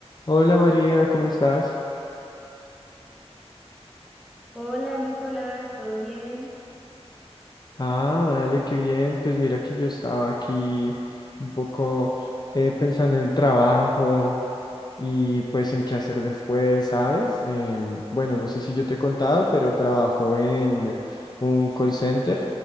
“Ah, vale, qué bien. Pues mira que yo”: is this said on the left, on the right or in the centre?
Left